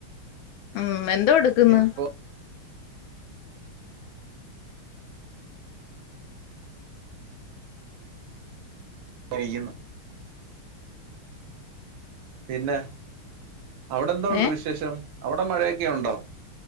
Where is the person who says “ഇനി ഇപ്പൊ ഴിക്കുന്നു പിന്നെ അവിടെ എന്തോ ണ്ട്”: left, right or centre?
Right